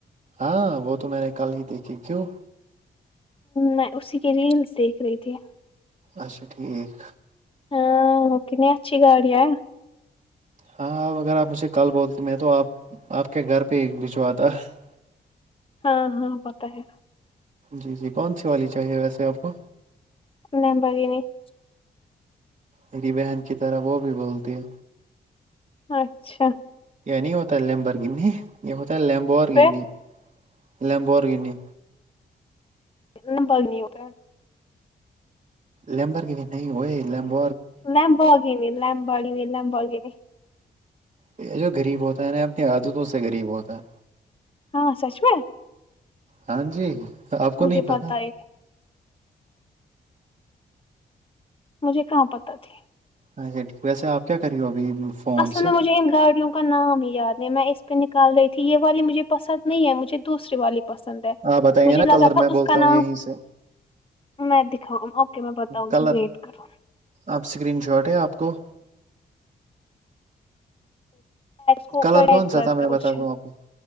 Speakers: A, on the right; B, on the left.
A: ہاں وہ تو میں نے کل ہی دیکھی کیوں
B: میں اسی کی ریلس دیکھ رہی تھی
A: اچھا ٹھیک
B: ہاں کنی اچھی گاڑی ہے
A: ہاں آب اگر آپ مجھے کال بولتے میں تو آپ آپ کے گھر پہ بھجوا تھا <unintelligible> <inaudible>
B: ہاں ہاں پت ہے
A: جی جی کون سی والی چاہیے ویسے آپ کو
B: ن بگین <unintelligible>
A: میری بہن کی طرح وہ بھی بولتی ہے
B: اچھا
A: نہیں ہوتا ہے لمب اور گنی یہ ہوتا ہے لمبو اور
B: پھر
A: گنی لمبو اور گنی
B: ن بول نہیں ہو <unintelligible>
A: لمبر کی بھی نہیں ہو لمب
B: لمب ہوگینی لمب آگینی لمب ہوگین
A: یہ جو غریب ہوتا ہے نا اپنی عادتوں سے غریب ہوتا ہے
B: ہاں سچ میں
A: ہاں جی آپ کو
B: مجھے
A: نہیں پتا
B: ہے مجھے کہاں پتا تھی
A: اچھا ٹھیک ویسے آپ کیا کر رہی ہو ابھی فون
B: اصل
A: سے
B: میں مجےہم گاڑیوں نام ہی یاد نہیں میں اس پہ نکال رہی تھی یہ والی مجھے پسند نہیں ہے مجھے دوسری والی پسند ہے
A: آپ بتائیے
B: مجھے
A: نا کلر
B: لگا تھا
A: میں
B: اس
A: بولتا
B: کا
A: ہوں
B: نام
A: یہیں سے
B: میں دکھاں اوکے میں پتا ہوں
A: کلر
B: گی ویٹ کرو
A: آپ اسکرین شاٹ ہے آپ کو
B: کو اوپر
A: کلر کون سا
B: کا
A: تھا میں
B: کچھ
A: بتا دوں آپ کو